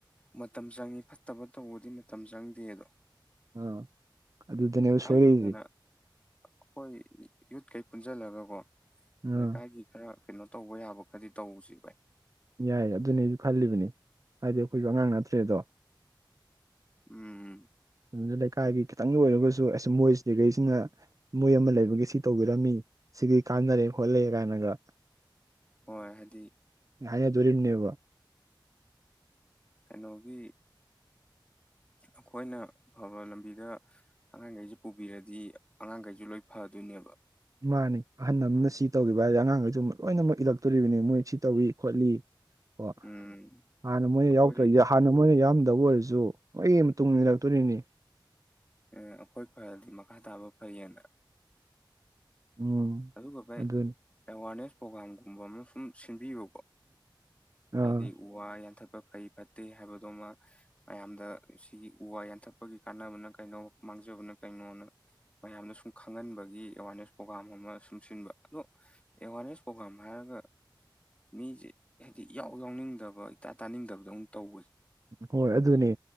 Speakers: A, on the left (about 15°); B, on the right (about 45°).
A: ꯃꯇꯝ ꯆꯪꯉꯤ ꯐꯠꯇꯕ ꯇꯧꯕꯗꯤ ꯃꯇꯝ ꯆꯪꯗꯦ ꯑꯗꯣ
B: ꯑꯥ ꯑꯗꯨꯗꯅꯦꯕ
A: ꯍꯥꯏꯒꯨꯝꯗꯅ
B: ꯁꯣꯏꯔꯛꯏꯁꯦ
A: ꯑꯈꯣꯢ ꯌꯨꯠ ꯀꯩ ꯄꯨꯟꯁꯤꯜꯂꯒ ꯀꯣ
B: ꯑꯥ
A: ꯂꯩꯀꯥꯏꯒꯤ ꯈꯔ ꯀꯩꯅꯣ ꯇꯧꯕ ꯌꯥꯕ ꯈꯔꯗꯤ ꯇꯧꯁꯤ ꯚꯥꯏ
B: ꯌꯥꯏ ꯑꯗꯨꯅꯦꯁꯨ ꯈꯜꯂꯤꯕꯅꯤ ꯍꯥꯏꯗꯤ ꯑꯩꯈꯣꯏꯁꯨ ꯑꯉꯥꯡ ꯅꯠꯇ꯭ꯔꯦꯗꯣ
A: ꯎꯝꯝ
B: ꯑꯗꯨꯗ ꯂꯩꯀꯥꯏꯒꯤ ꯈꯤꯇꯪꯒꯤ ꯑꯣꯏꯔꯒꯁꯨ ꯑꯁ ꯃꯣꯏꯁꯤ ꯂꯤꯈꯩꯁꯤꯅ ꯃꯣꯏ ꯑꯃ ꯂꯩꯕꯒꯤ ꯁꯤ ꯇꯧꯕꯤꯔꯝꯃꯤ ꯁꯤꯒꯤ ꯀꯥꯟꯅꯔꯦ ꯈꯣꯠꯂꯦ ꯀꯥꯏꯅꯒ
A: ꯍꯣꯏ ꯍꯥꯏꯗꯤ
B: ꯌꯥꯅꯦꯗꯨꯣꯔꯤꯅꯦꯕ
A: ꯀꯩꯅꯣꯒꯤ ꯑꯩꯈꯣꯏꯅ ꯐꯕ ꯂꯝꯕꯤꯗ ꯑꯉꯥꯡꯈꯩꯁꯦ ꯄꯨꯕꯤꯔꯗꯤ ꯑꯉꯥꯡꯈꯩꯁꯨ ꯂꯣꯏ ꯐꯗꯣꯏꯅꯦꯕ
B: ꯏꯃꯅꯦ ꯑꯍꯟ ꯑꯃꯅ ꯁꯤ ꯇꯧꯈꯤꯕ ꯍꯥꯏꯔꯗꯤ ꯑꯉꯥꯡꯈꯩꯁꯨ ꯂꯣꯏꯅꯃꯛ ꯏꯜꯂꯛꯇꯣꯔꯤꯕꯅꯤ ꯃꯣꯏ ꯁꯤ ꯇꯧꯏ ꯈꯣꯠꯂꯤ ꯑꯣ
A: ꯎꯝ
B: ꯍꯥꯟꯅ ꯃꯣꯏꯅ
A: ꯑꯩꯈꯣꯏ
B: ꯌꯥꯎꯗ꯭ꯔ ꯍꯥꯟꯅ ꯃꯣꯏꯅ ꯌꯥꯝ ꯇꯕꯨ ꯑꯣꯏꯔꯁꯨ ꯑꯩꯒꯤ ꯃꯇꯨꯡ ꯏꯟꯅꯔꯛꯇꯣꯅꯤꯅꯦ
A: ꯑꯦ ꯑꯩꯈꯣꯏ ꯐꯔꯗꯤ ꯃꯈꯥ ꯇꯥꯕ ꯐꯩꯌꯦꯅ
B: ꯎꯝ
A: ꯑꯗꯨꯒ ꯚꯥꯢ
B: ꯑꯗꯨꯅꯤ
A: ꯑꯦꯋꯥꯔꯅꯦꯁ ꯄ꯭ꯔꯣꯒ꯭ꯔꯥꯝꯒꯨꯝꯕ ꯑꯃ ꯁꯨꯝ ꯁꯤꯟꯕꯤꯕꯨꯀꯣ
B: ꯑꯥ
A: ꯍꯥꯏꯗꯤ ꯎ ꯋꯥ ꯌꯥꯟꯊꯠꯄ ꯐꯩ ꯐꯠ ꯇꯦ ꯍꯥꯏꯕꯗꯣꯃ ꯃꯌꯥꯝꯗ ꯁꯤꯒꯤ ꯎ ꯋꯥ ꯌꯥꯟꯊꯠꯄꯒꯤ ꯀꯥꯟꯅꯕꯅ ꯀꯩꯅꯣ ꯃꯥꯡꯖꯕꯅ ꯀꯩꯅꯣꯅ ꯃꯌꯥꯝꯗ ꯁꯨꯝ ꯈꯪꯍꯟꯕꯒꯤ ꯑꯦꯋꯥꯔꯅꯦꯁ ꯄ꯭ꯔꯣꯒ꯭ꯔꯥꯝ ꯑꯃ ꯁꯨꯝ ꯁꯤꯟꯕ ꯑꯗꯣ ꯑꯦꯋꯥꯔꯅꯦꯁ ꯄ꯭ꯔꯣꯒꯥ꯭ꯔꯥꯝ ꯍꯥꯏꯔꯒ ꯃꯤꯁꯦ ꯍꯥꯏꯗꯤ ꯏꯎ ꯌꯥꯎꯅꯤꯡꯗꯕ ꯏꯇꯥ ꯇꯥꯅꯤꯡꯗꯕꯗ ꯑꯃꯨꯛ ꯇꯧꯕꯁꯦ
B: ꯍꯣꯏ ꯑꯗꯨꯅꯤ